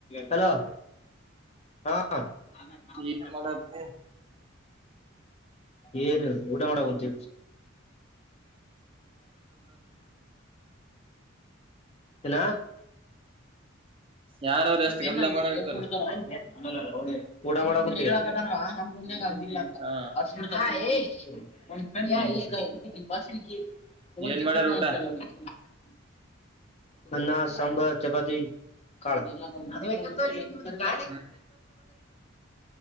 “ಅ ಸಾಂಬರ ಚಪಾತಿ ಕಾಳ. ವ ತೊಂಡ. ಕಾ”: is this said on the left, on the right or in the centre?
Left